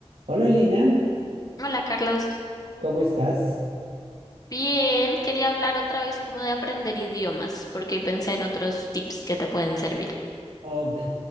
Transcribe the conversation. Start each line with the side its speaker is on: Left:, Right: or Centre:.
Right: Hola Lina,
Left: Hola Carlos,
Right: ¿cómo estás?
Left: bien, quería hablar otra vez como de aprender idiomas, porque pensé en otros tips que te pueden servir.
Right: Ok,